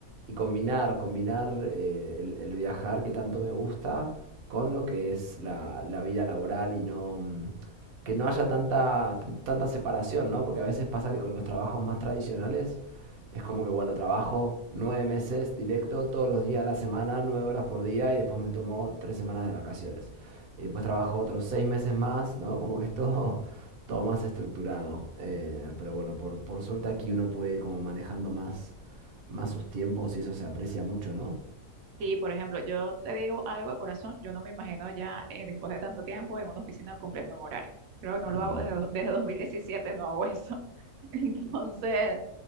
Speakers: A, on the right; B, on the right.
A: y combinar, combinar eh, el, el viajar que tanto me gusta con lo que es la, la vida laboral y no, mm, que no haya tanta, tanta separación, ¿no? Porque a veces pasa que con los trabajos más tradicionales es como que, bueno, trabajo nueve meses directo, todos los días de la semana, nueve horas por día, y después me tomo tres semanas de vacaciones. Y después trabajo otros seis meses más, ¿no? Como que es todo, <laughs> todo más estructurado. Eh, pero bueno, por, por suerte aquí uno puede ir como manejando más, más sus tiempos y eso se aprecia mucho, ¿no?
B: Sí, por ejemplo, yo te digo algo de corazón, yo no me imagino ya eh, después de tanto tiempo en una oficina cumpliendo un horario. Creo que no lo
A: Mm,
B: hago desde, do- desde 2017, no hago eso. <laughs> Entonces,